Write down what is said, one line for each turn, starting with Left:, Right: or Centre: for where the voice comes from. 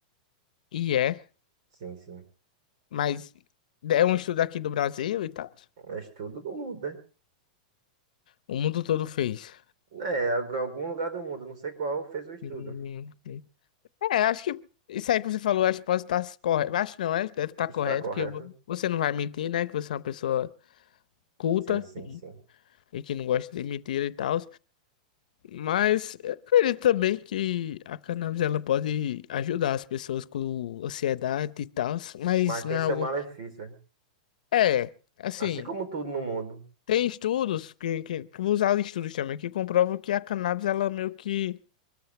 Left: e é,
Right: Sim, sim.
Left: mas é um estudo aqui do Brasil e tal.
Right: É estudo do mundo,
Left: O mundo todo fez.
Right: né? É, algu- algum lugar do mundo, não sei qual, fez o estudo.
Left: Hum, É, acho que isso aí que você falou, acho que pode estar correto. Acho não, acho que deve estar
Right: Está
Left: correto,
Right: correto?
Left: que vo- você não vai mentir, né? Que você é uma pessoa culta
Right: Sim, sim,
Left: e
Right: sim.
Left: e que não gosta de mentira e tal. Mas eu acredito também que a cannabis ela pode ajudar as pessoas com ansiedade e tal, mas
Right: Mas tem
Left: não é
Right: seu
Left: algo.
Right: malefício. né?
Left: É, assim.
Right: Assim como tudo no mundo.
Left: Tem estudos que, que, que vou usar estudos também que comprovam que a cannabis ela meio que